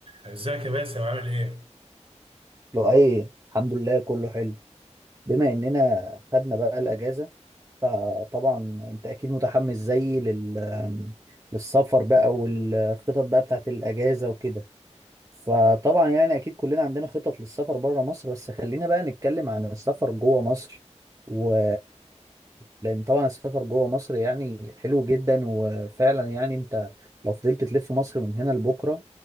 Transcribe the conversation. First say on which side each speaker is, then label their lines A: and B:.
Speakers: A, on the right; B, on the right.
A: ازيك يا باسم عامل ايه؟
B: لو ايه الحمد لله كله حلو بما اننا خدنا بقى الاجازه فطبعا انت اكيد متحمس زيي لل... للسفر بقى والخطط بقى بتاعت الاجازه وكده فطبعا يعني اكيد كلنا عندنا خطط للسفر بره مصر بس خلينا بقى نتكلم عن السفر جوه مصر و... لان طبعا السفر جوه مصر يعني حلو جدا وفعلا يعني انت لو فضلت تلف مصر من هنا لبكره